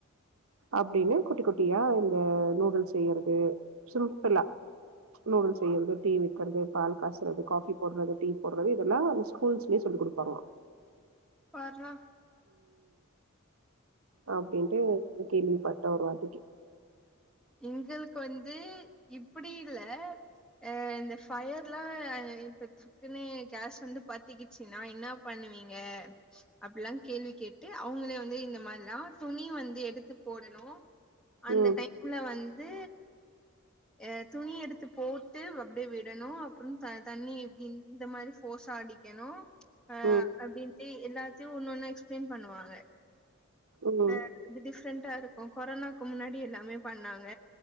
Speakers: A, on the right (about 75°); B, in the centre.
A: அப்படின்னு குட்டி குட்டியா இந்த நூடுல் செய்யறது சிம்பிளா நூடுல் செய்யறது டீ வக்கிறது பால் காசுறது காபி போடுறது டீ போடுறது இதெல்லாம் அ ஸ்கூல்ஸ்லேயே சொல்லிக் கொடுப்பாங்க
B: பார்ரா
A: அப்படின்ட்டு கேள்வி பா போ ஒருவார்தக்கி
B: எங்களுக்கு வந்து இப்டி இல்ல அஹ் இந்த ஃபயர்ல்லாம் இப்ப டக்குன்னு கேஸ் வந்து பத்திக்கிச்சுனா என்ன பண்ணுவீங்க அப்டிலாம் கேள்வி கேட்டு அவுங்களே வந்து இந்த மாதிரிலாம் துணி வந்து எடுத்து போடணும் அந்த
A: ம்,
B: டைம் வந்து அஹ் துணி எடுத்து போட்டு அப்டியே விடணும் அப்றம் தண்ணி இப்டி இந்த மாரி போசாடிக்கணும் அஹ்
A: ம்,
B: அப்டின் கே எல்லாத்தையும் ஒன்னு ஒண்ணு எக்ஸ்பிளைன் பண்ணுவாங்க
A: ம்,
B: ஆஹ் வந்து டிஃப்ரெண்டா இருக் இப்ப கொரோனாக்கு முன்னாடி எல்லாமே பண்ணாங்க